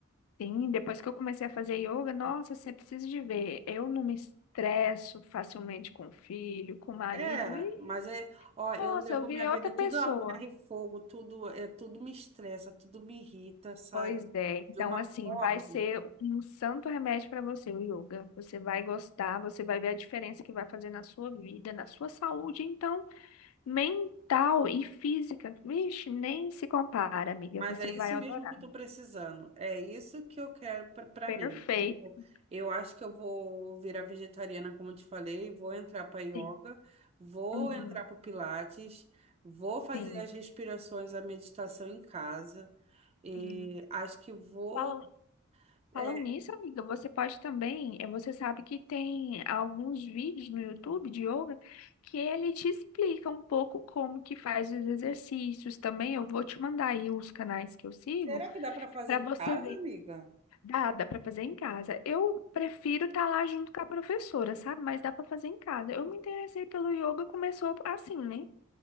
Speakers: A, on the left; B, on the right.
A: sim, depois que eu comecei a fazer yoga, nossa, você precisa de ver. Eu não me estresso facilmente com o filho, com o marido.
B: É,
A: e
B: mas é, ó,
A: Nossa,
B: eu levo
A: eu virei
B: minha vida
A: outra
B: tudo
A: pessoa.
B: a ferro e fogo, tudo é, tudo me estressa, tudo me irrita, sabe?
A: Pois é, então
B: De uma
A: assim,
B: forma
A: vai ser um santo remédio para você, o yoga. Você vai gostar, você vai ver a diferença que vai fazer na sua vida, na sua saúde, então, mental e física. Vixe, nem se compara, amiga.
B: Mas
A: Você
B: é isso
A: vai adorar.
B: mesmo que eu tô precisando. É isso que eu quero pra pra
A: Perfeito.
B: mim. Tipo, eu acho que eu vou virar vegetariana, como eu te falei, vou entrar para yoga,
A: Sim.
B: vou
A: Uhum.
B: entrar para pilates, vou fazer
A: Sim.
B: as respirações, a meditação em casa. E
A: Sim.
B: acho que vou.
A: Fala
B: é,
A: Falam nisso, amiga, você pode também, eh, você sabe que tem alguns vídeos no YouTube de yoga que ele te explica um pouco como que faz os exercícios também. Eu vou te mandar aí os canais que eu sigo
B: Será que dá para fazer
A: para
B: em
A: você
B: casa,
A: ver.
B: amiga?
A: Dá, dá para fazer em casa. Eu prefiro estar lá junto com a professora, sabe? Mas dá para fazer em casa. Eu me interessei pelo yoga, começou assim, né?